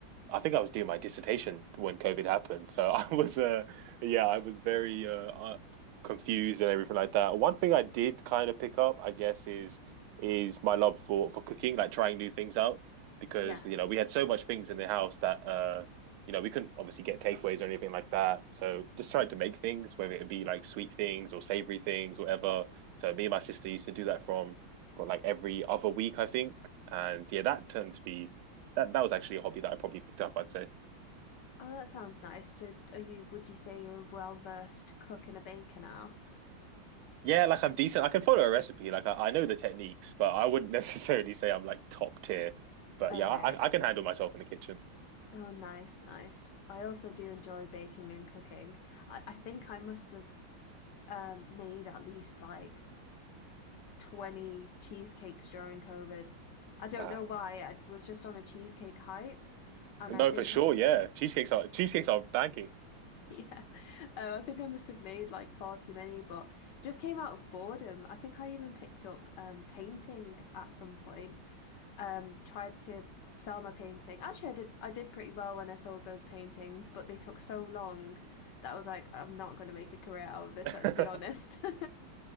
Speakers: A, on the right (about 85°); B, on the left (about 70°).
A: I think I was doing my dissertation when COVID happened, so <laughs> I was uh yeah, I was very uh, uh confused and everything like that. One thing I did kind of pick up, I guess, is is my love for for cooking, like trying new things out, because
B: Yeah.
A: you know we had so much things in the house that uh you know we couldn't obviously get takeaways or anything like that, so just tried to make things, whether it be like sweet things or savory things, whatever. So me and my sister used to do that from for like every other week, I think, and yeah, that turned to be that that was actually a hobby that I probably picked up. I'd say,
B: Oh, that sounds nice. So are you, would you say you're a well-versed cook and a baker now?
A: yeah, like I'm decent. I can follow a recipe. Like I, I know the techniques, but I wouldn't <laughs> necessarily say I'm like top tier. But
B: Okay.
A: yeah, I, I can handle myself in the kitchen.
B: Oh, nice, nice. I also do enjoy baking and cooking. I, I think I must have um, made at least like 20 cheesecakes during COVID. I don't
A: Wow.
B: know why. I was just on a cheesecake hype, and
A: No,
B: I think
A: for sure.
B: I just
A: Yeah, cheesecakes are cheesecakes are banking.
B: <laughs> yeah. Oh, I think I must have made like far too many, but it just came out of boredom. I think I even picked up um, painting at some point. um, tried to sell my painting. Actually, I did I did pretty well when I sold those paintings, but they took so long that I was like, I'm not going to make a career out of this,
A: <laughs>
B: let's be honest. <laughs>